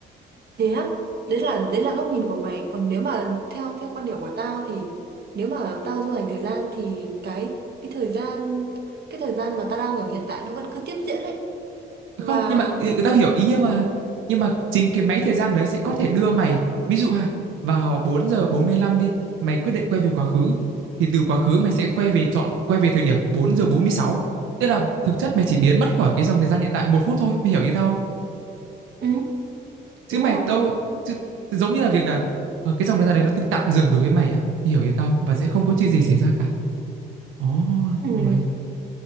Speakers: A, on the right; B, on the right.
A: thế á đấy là đấy là góc nhìn của mày còn nếu mà theo theo quan điểm của tao thì nếu mà tao du hành thời gian thì cái cái thời gian cái thời gian mà tao đang ở hiện tại nó vẫn cứ tiếp diễn đấy
B: không
A: và
B: nhưng mà
A: mình
B: ừ, ừ, tao
A: sẽ
B: hiểu ý nhưng mà nhưng mà chính cái máy thời gian đấy sẽ có thể đưa mày ví dụ ha vào 4 giờ 45 đi mày quyết định quay về quá khứ thì từ quá khứ mày sẽ quay về chọn quay về thời điểm bốn giờ bốn mươi sáu tức là thực chất mày chỉ biến mất khỏi cái dòng thời gian hiện tại một phút thôi mày hiểu ý tao không
A: ừ
B: chứ
A: đúng
B: mày
A: không
B: đâu chứ, giống như là việc là ờ, cái dòng thời gian đấy nó tự tạm dừng đối với mày á mày hiểu ý tao không? và sẽ không có chuyện gì xảy ra cả ồ
A: Ừ.
B: rồi